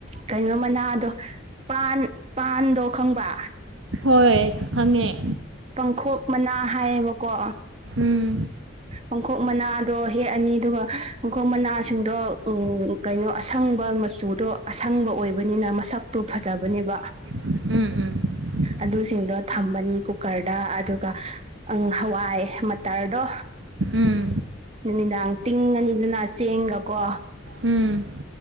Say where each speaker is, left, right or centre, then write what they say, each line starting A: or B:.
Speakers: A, on the right; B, on the right.
A: ꯀꯩꯅꯣ ꯃꯅꯥꯗꯣ ꯄꯥꯟ ꯄꯥꯟꯗꯣ ꯈꯪꯕ
B: ꯍꯣꯏ ꯈꯪꯉꯦ
A: ꯄꯪꯈꯣꯛ ꯃꯅꯥ ꯍꯥꯏꯌꯦꯕꯀꯣ
B: ꯎꯝ
A: ꯄꯪꯈꯣꯛ ꯃꯅꯥꯗꯣ ꯍꯦꯛꯑꯅꯤ ꯑꯗꯨꯒ ꯄꯪꯈꯣꯛ ꯃꯅꯥꯁꯤꯡꯗꯣ ꯎꯝ ꯀꯩꯅꯣ ꯑꯁꯪꯕ ꯃꯆꯨꯗꯣ ꯑꯁꯪꯕ ꯑꯣꯏꯕꯅꯤ ꯅ ꯃꯁꯛꯇꯨ ꯐꯖꯕꯅꯦꯕ
B: ꯎꯝ ꯎꯝ <unintelligible>
A: ꯑꯗꯨꯁꯤꯡꯗꯣ ꯊꯝꯕꯅꯤ ꯀꯨꯀꯔꯗ ꯑꯗꯨꯒ ꯑꯪ ꯍꯋꯥꯏ ꯃꯠꯇꯔꯗꯣ
B: ꯎꯝ
A: ꯅꯨꯃꯤꯗꯥꯡ ꯇꯤꯡꯑꯅꯤꯗꯨꯅ ꯆꯦꯡꯒꯀꯣ
B: ꯎꯝ